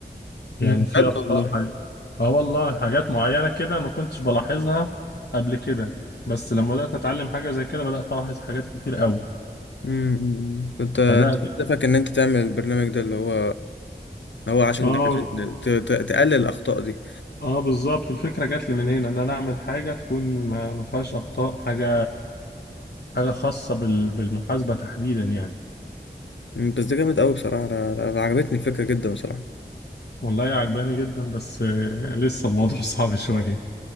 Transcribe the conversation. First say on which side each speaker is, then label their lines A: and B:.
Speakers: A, on the left; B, on the left.
A: يعني
B: امم
A: في
B: بجد
A: اخطاء
B: والله
A: حاجة. اه والله حاجات معينة كده ما كنتش بلاحظها قبل كده بس لما بدأت اتعلم حاجة زي كده بدأت الاحظ حاجات كتير قوي
B: امم كنت أنت
A: بدأت
B: هدفك ان انت تعمل البرنامج ده اللي هو اللي هو عشان
A: اه
B: ده عشان ت- ت- تقلل الاخطاء دي
A: اه بالظبط الفكرة جات لي من هنا ان انا اعمل حاجة تكون ما ما فيهاش اخطاء حاجة حاجة خاصة بال... بالمحاسبة تحديدا يعني
B: مم، بس ده جامد قوي بصراحه انا أنا عجبتني الفكره جدا بصراحه
A: والله عجباني جدا بس آه، لسه الموضوع <laughs> صعب شوية